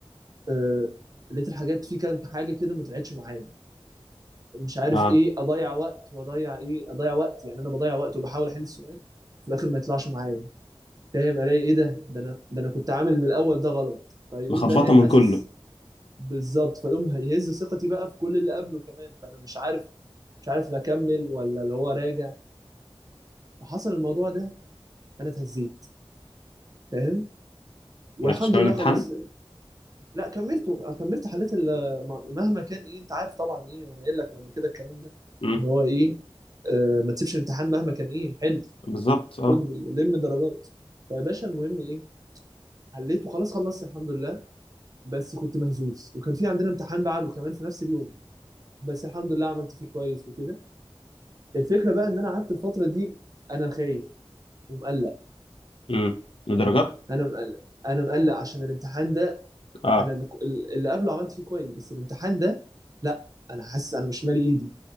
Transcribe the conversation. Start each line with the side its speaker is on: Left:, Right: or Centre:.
Right: آه، لقيت الحاجات في كام حاجه كده ما طلعتش معايا مش عارف
Left: اه
Right: ايه اضيع وقت واضيع ايه اضيع وقت يعني انا بضيع وقت وبحاول احل السؤال في الاخر ما يطلعش معايا فاهم الاقي ايه ده ده انا ده انا كنت عامل من الاول ده غلط فيقوم
Left: مخبطه
Right: ده
Left: من
Right: هزس
Left: كله
Right: بالظبط فيقوم هيهز ثقتي بقى في كل اللي قبله كمان فانا مش عارف مش عارف لا اكمل ولا اللي هو راجع فحصل الموضوع ده انا اتهزيت فاهم والحمد
Left: ما عرفتش كمان
Right: لله
Left: الامتحان
Right: خلاص لا كملته كملت حليت ال- مهما كان ايه انت عارف طبعا ايه انا قايل لك من قبل كده الكلام ده
Left: امم
Right: ان هو ايه آه ما تسيبش الامتحان مهما كان ايه حلف
Left: بالظبط اه
Right: خد لم درجات فيا باشا المهم ايه حليته خلاص خلصت الحمد لله بس كنت مهزوز وكان في عندنا امتحان بعده كمان في نفس اليوم بس الحمد لله عملت فيه كويس وكده الفكره بقى ان انا قعدت الفتره دي انا خايف ومقلق
Left: امم درجات
Right: انا مقلق انا مقلق عشان الامتحان ده
Left: اه
Right: انا اللي اللي قبله عملت فيه كويس بس الامتحان ده لا انا حاسس انا مش مالي ايدي